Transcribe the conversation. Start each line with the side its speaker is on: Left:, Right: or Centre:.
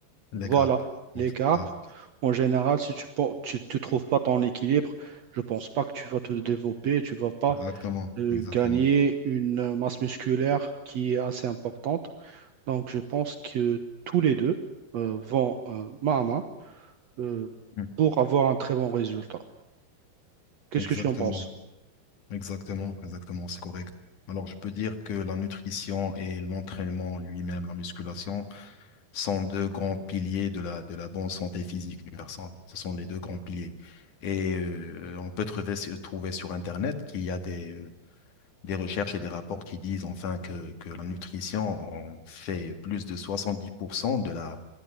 Left: Les
Right: voilà,
Left: carpes. Donc,
Right: les carbs.
Left: Carpes.
Right: En général, si tu ne tu, tu trouves pas ton équilibre, je pense pas que tu vas te développer, tu vas pas
Left: Exactement.
Right: euh,
Left: Exactement.
Right: gagner une masse musculaire qui est assez importante. Donc, je pense que tous les deux euh, vont euh, main à main euh,
Left: Mm.
Right: pour avoir un très bon résultat. Qu'est-ce
Left: Exactement.
Right: que tu en penses?
Left: Exactement. Exactement. C'est correct. Alors, je peux dire que la nutrition et l'entraînement lui-même, la musculation, sont deux grands piliers de la, de la bonne santé physique d'une personne. Ce sont les deux grands piliers. Et euh, on peut trouver, trouver sur Internet qu'il y a des, euh, des recherches et des rapports qui disent enfin que, que la nutrition en fait plus de 70% de la,